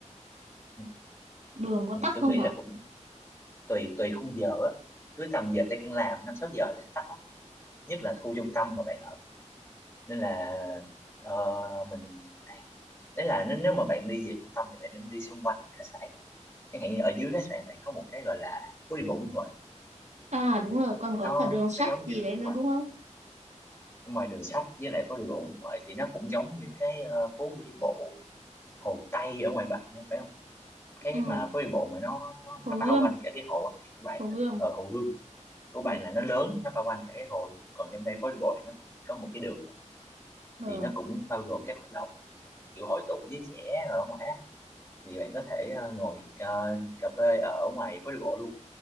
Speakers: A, on the left (about 20°); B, on the right (about 65°).
A: ừ,
B: Đường có
A: ừ,
B: tắc
A: tôi
B: không
A: nghĩ là
B: hả?
A: cũng tùy tùy khung giờ á cứ tầm giờ tan làm năm sáu giờ nó sẽ tắt lắm nhất là khu trung tâm mà bạn ở nên là ờ, mình đấy là nếu, nếu mà bạn đi về trung tâm thì bạn nên đi xung quanh khách sạn thôi chẳng hạn như ở dưới khách sạn bạn có một cái gọi là phố đi bộ Nguyễn Huệ
B: À đúng
A: đấy
B: rồi, còn có
A: nó
B: cả đường sắt
A: nó giống như
B: gì đấy
A: đúng
B: nữa
A: rồi
B: đúng không?
A: ngoài đường sách với lại phố đi bộ Nguyễn Huệ thì nó cũng giống như cái ờ, phố đi bộ Hồ Tây ở ngoài bạn nha phải không cái
B: Ừ,
A: mà phố đi bộ mà nó nó
B: Hồ
A: nó bao
B: Gươm,
A: quanh cả cái hồ á, thì của bạn
B: Hồ
A: là
B: Gươm.
A: ở Hồ Gươm của bạn
B: Ừ.
A: là nó lớn nó bao quanh cả cái hồ luôn. còn trong đây phố đi bộ thì nó cũng chỉ có một cái đường thôi
B: ờ.
A: thì nó cũng bao gồm các hoạt động ờ, kiểu hội tụ với trẻ ở ngoài á thì bạn có thể ờ, ngồi ờ, cà phê ở ngoài phố đi bộ luôn